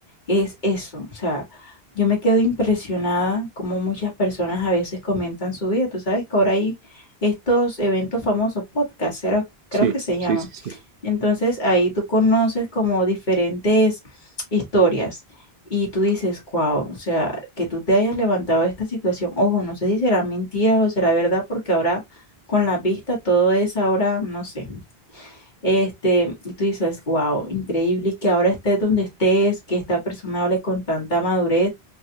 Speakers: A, on the left; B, on the right.
A: es eso. O sea, yo me quedo impresionada como muchas personas a veces comentan su vida. Tú sabes que ahora hay estos eventos famosos, podcasts, era-
B: Sí,
A: creo que se
B: sí,
A: llaman.
B: sí, sí.
A: Entonces ahí tú conoces como diferentes historias y tú dices, wow, o sea, que tú te hayas levantado de esta situación. Ojo, no sé si será mentira o será verdad porque ahora con la vista, todo es ahora, no sé. Este, y tú dices, wow, increíble que ahora estés donde estés, que esta persona hable con tanta madurez,